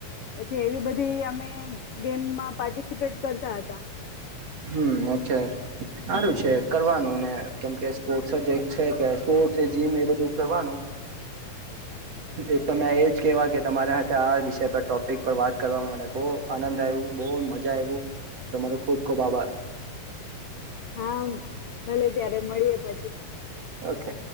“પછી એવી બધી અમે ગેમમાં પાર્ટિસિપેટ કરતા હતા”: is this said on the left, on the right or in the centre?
Left